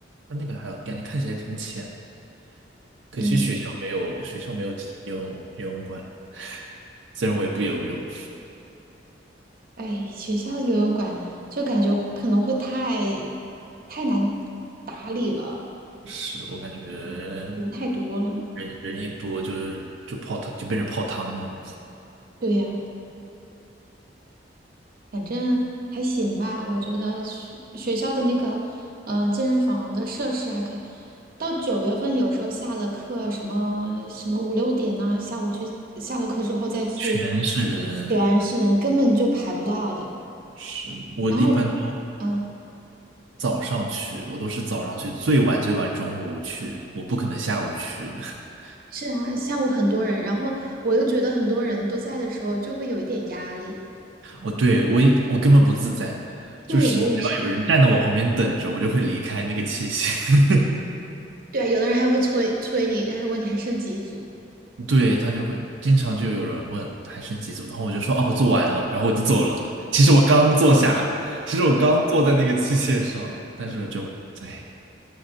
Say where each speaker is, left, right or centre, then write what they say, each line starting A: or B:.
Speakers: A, on the right (about 80°); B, on the right (about 50°).
A: 那那个还有感觉看起来挺浅的，可惜学校没有学校没有提游泳游泳馆，
B: 嗯，
A: 虽然我也不游泳，
B: 哎，学校游泳馆就感觉会可能会太太难打理了，
A: 是我感觉
B: 人太多了。
A: 人人一多就是就泡汤就变成泡汤了，
B: 对呀，反正还行吧，我觉得学学校的那个嗯、呃健身房的设施还可以。到九月份有时候下了课，什么什么五六点呐、下午去下了课之后再去，
A: 全是人。
B: 全是人，根本就排不到的。
A: 是我一般都
B: 然后。嗯，
A: 早上去，我都是早上去，最晚最晚中午去，我不可能下午去。<laughs>
B: 是啊，下午很多人，然后我又觉得很多人都在的时候就会有一点压力。
A: 我对我一我根本不自在，
B: 对，
A: 就是只要有人站在我旁边等着，
B: 我也是。
A: 我就会离开那个器械。
B: 对啊有的人还会催催你，还问你还剩几组。
A: <laughs> 对，他就会经常就有人问还剩几组，然后我就说啊我做完了，然后我就走了。其实我刚坐下，其实我刚坐在那个器械上了，但是就哎，